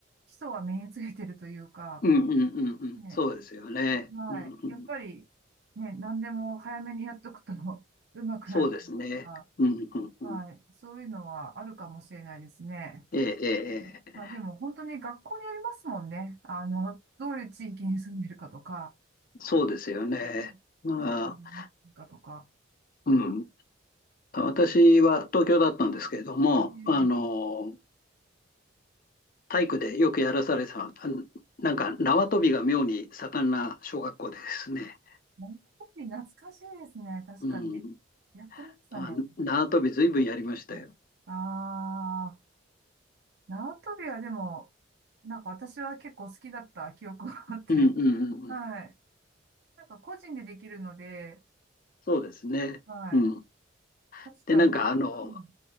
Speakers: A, on the right; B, on the left.
A: 基礎は身についてるというか、
B: うんうんうんうん。
A: ね、
B: そうですよね。
A: はい。
B: うんうん。
A: やっぱり、ね、何でも早めにやっとくと <laughs> 上手くなるというか、
B: そうですね。うんうんうん。
A: はい。そういうのはあるかもしれないですね。
B: ええ、ええ、ええ
A: まあでも本当に学校によりますもんね。あの、どういう地域に住んでるかとか、
B: そうですよね。
A: うんどこに住んでるかとか。
B: まあ、うん。私は東京だったんですけれども、
A: ええ
B: あの、体育でよくやらされてた、あのなんか縄跳びが妙に盛んな小学校でですね。
A: 跳び懐かしいですね。確かに。
B: うん。
A: やってましたね。
B: あ、縄跳び随分やりましたよ。
A: うんああ縄跳びはでも、なんか私は結構好きだった記憶があって。
B: うんうんうんうん。
A: <laughs> はい。なんか個人でできるので、
B: そうですね。
A: はい。
B: うん。
A: 確かになんか、
B: で、なんかあの、
A: うん、